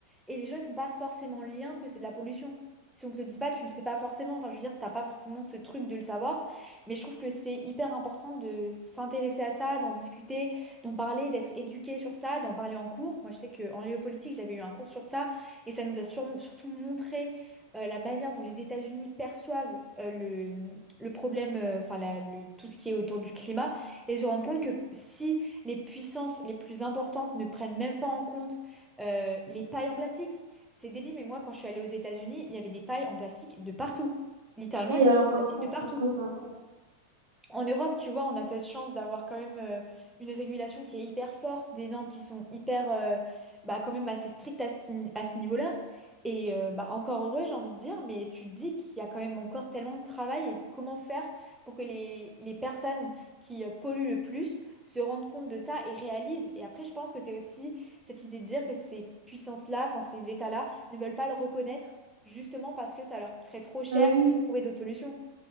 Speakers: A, in the centre; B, on the right.
A: et les gens ils font pas forcément le lien que c'est de la pollution. Si on te le dit pas, tu le sais pas forcément. Enfin, je veux dire, t'as pas forcément ce truc de le savoir. Mais je trouve que c'est hyper important de s'intéresser à ça, d'en discuter, d'en parler, d'être éduqué sur ça, d'en parler en cours. Moi, je sais que en géopolitique, j'avais eu un cours sur ça et ça nous a sur- surtout montré euh, la manière dont les États-Unis perçoivent euh, le, le problème, euh, enfin la- le- tout ce qui est autour du climat, et se rendre compte que si les puissances les plus importantes ne prennent même pas en compte euh, les pailles en plastique, c'est débile, mais moi quand je suis allée aux États-Unis, il y avait des pailles en plastique de partout. Littéralement,
B: Oui,
A: il y
B: alors
A: avait
B: qu'en
A: des plastiques
B: France,
A: de partout.
B: maintenant, c'est un
A: En Europe, tu vois, on a cette chance d'avoir quand même euh, une régulation qui est hyper forte, des normes qui sont hyper, euh, bah, quand même assez strictes à ce, ni- à ce niveau-là. Et euh, bah, encore heureux, j'ai envie de dire, mais tu te dis qu'il y a quand même encore tellement de travail et comment faire pour que les, les personnes qui euh, polluent le plus se rendent compte de ça et réalisent. Et après, je pense que c'est aussi cette idée de dire que ces puissances-là, enfin ces États-là, ne veulent pas le reconnaître justement parce que ça leur coûterait trop cher
B: Ah oui, oui,
A: de trouver d'autres solutions.